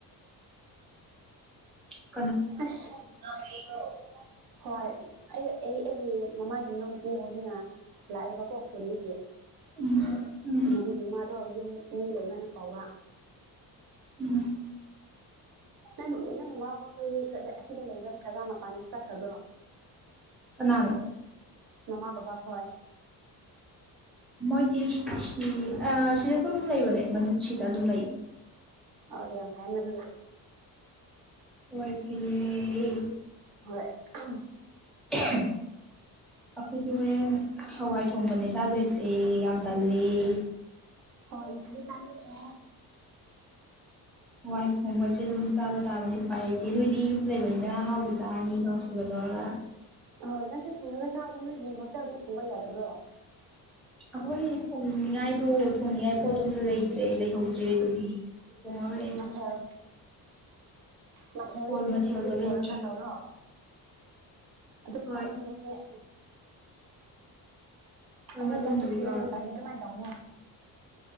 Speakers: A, in the centre; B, on the right.
A: ꯑꯍꯝ
B: ꯑꯁ ꯍꯣꯏ ꯑꯩ ꯑꯩ ꯑꯩꯒꯤ ꯃꯃꯥꯒꯤ ꯃꯅꯥꯎꯅꯨꯄꯤ ꯍꯧꯖꯤꯅ ꯂꯥꯛꯑꯦꯕꯀꯣ ꯈꯨꯣꯟꯗꯒꯤ
A: ꯎꯝ ꯎꯝ
B: ꯃꯗꯨꯒꯤ ꯃꯥꯗꯣ ꯌꯨꯝ ꯃꯤ ꯂꯩꯕꯅ ꯀꯧꯕ
A: ꯎꯝ
B: ꯅꯪ ꯅꯪ ꯃꯃꯥ ꯕꯕꯥꯈꯣꯏ ꯑꯁꯤꯗ ꯂꯩꯕ ꯅꯠꯇ꯭ꯔꯒ ꯃꯄꯥꯟꯗ ꯆꯠꯈ꯭ꯔꯕ꯭ꯔꯣ
A: ꯀꯅꯥꯅꯣ
B: ꯃꯃꯥ ꯕꯕꯥ ꯈꯣꯢ
A: ꯃꯣꯏꯗꯤ ꯁꯤ ꯁꯤ ꯁꯤꯗ ꯑꯗꯨꯝ ꯂꯩꯕꯅꯦ ꯃꯅꯨꯡ ꯁꯤꯗ ꯑꯗꯨꯝ ꯂꯩ
B: ꯑ ꯌꯥꯝ ꯐꯩꯑꯦ ꯃꯗꯨꯅ
A: ꯍꯣꯏ ꯐꯩꯌꯦ
B: ꯍꯣꯏ ꯑꯍꯝ
A: <unintelligible> ꯑꯩꯈꯣꯏꯗꯤ ꯍꯣꯔꯦꯟ ꯍꯋꯥꯏ ꯊꯣꯡꯕꯅꯦ ꯆꯥꯗꯣꯏꯁꯦ ꯌꯥꯝ ꯇꯜꯂꯦ <inaudible>
B: ꯍꯋꯥꯏ ꯏꯊꯟꯗ ꯆꯥꯅꯤꯡꯇ꯭ꯔꯦ
A: ꯍꯋꯥꯏ ꯊꯣꯡꯕꯁꯦ ꯑꯗꯨꯝ ꯆꯥꯕ ꯇꯥꯕꯅꯤ ꯎꯄꯥꯏ ꯂꯩꯇꯦ ꯅꯣꯏꯗꯤ ꯌꯨꯝ ꯂꯩꯕꯅꯤꯅ ꯑꯍꯥꯎꯕ ꯆꯥꯔꯅꯤ ꯀꯥꯡꯁꯣꯏꯒꯗꯣ ꯊꯣꯡꯉꯒ
B: ꯑꯥ ꯅꯪꯁꯨ ꯊꯣꯡꯂꯒ ꯆꯥꯕ꯭ꯔꯣ ꯅꯣꯏꯒꯤ ꯍꯣꯁꯇꯦꯜꯒꯤ ꯊꯣꯡꯕ ꯌꯥꯗꯕ꯭ꯔꯣ
A: ꯑꯩꯈꯣꯏ ꯊꯣꯡꯅꯤꯡꯉꯥꯏꯗꯣ ꯊꯣꯡꯅꯤꯡꯉꯥꯏ ꯄꯣꯠꯇꯣ ꯂꯩꯇ꯭ꯔꯦ ꯂꯩꯍꯧꯗ꯭ꯔꯦ ꯑꯗꯨꯒꯤ ꯊꯣꯡꯉꯔꯣꯏ
B: ꯃꯊꯦꯜ ꯃꯊꯦꯜ
A: ꯍꯣꯏ
B: ꯂꯩꯔꯤꯅ
A: ꯃꯊꯦꯜꯗꯣ
B: ꯀꯨꯟꯆꯕꯤ
A: ꯂꯩꯇ꯭ꯔꯦ
B: ꯇꯧꯔꯒ ꯇꯧꯔꯣ ꯑꯗꯨꯝ
A: ꯍꯣꯏ
B: ꯆꯥꯉꯝꯅꯦ ꯑꯩꯈꯣꯏ
A: ꯍꯣꯏ
B: ꯑꯩꯍꯦ
A: ꯃꯇꯨꯡꯗꯒꯤ
B: ꯀ꯭ꯂꯥꯁ ꯁꯤꯛꯁ ꯁꯦꯚꯦꯟ
A: ꯇꯧꯔꯒꯦ
B: ꯃꯇꯝꯗꯤ ꯑꯗꯨꯃꯥꯏꯅ ꯇꯧꯕꯅꯦ